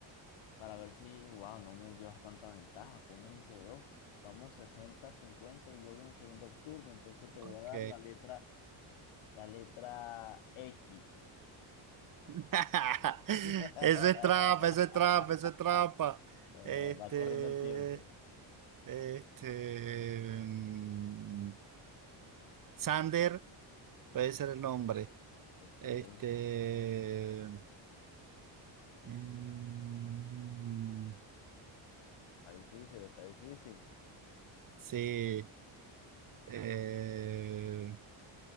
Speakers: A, on the left; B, on the right.
A: para ver si, wow, no me llevas tanta ventaja, apenas hice dos, vamos 60, 50 y yo en el segundo turno, entonces te
B: Ok.
A: voy a dar la letra, la letra X.
B: <laughs>
A: <laughs>
B: Eso es trampa, eso es trampa, eso es trampa.
A: Ah,
B: Este,
A: va corriendo el tiempo.
B: este, mm, Sander puede ser el nombre.
A: Ok,
B: Este,
A: está
B: mm,
A: difícil, está difícil.
B: sí. eh,